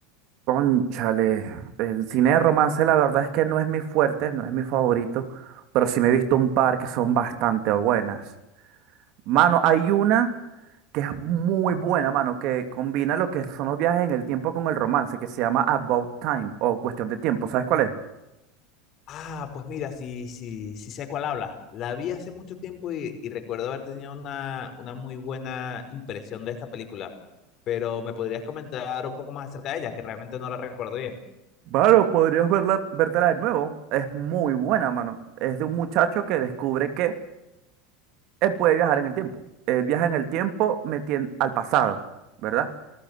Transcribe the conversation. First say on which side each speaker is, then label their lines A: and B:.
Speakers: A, on the right (about 55°); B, on the left (about 45°).
A: Cónchale, el cine de romance la verdad es que no es mi fuerte, no es mi favorito, pero sí me he visto un par que son bastante buenas. Mano, hay una que es muy buena, mano, que combina lo que son los viajes en el tiempo con el romance, que se llama About Time o Cuestión de Tiempo. ¿Sabes cuál es?
B: Ah, pues mira, sí, sí, sí sé cuál habla. La vi hace mucho tiempo y, y recuerdo haber tenido una, una muy buena impresión de esta película, pero ¿me podrías comentar un poco más acerca de ella, que realmente no la recuerdo bien?
A: Claro, podrías verla, vértela de nuevo. Es muy buena, mano. Es de un muchacho que descubre que él puede viajar en el tiempo. Él viaja en el tiempo metien- al pasado, ¿verdad?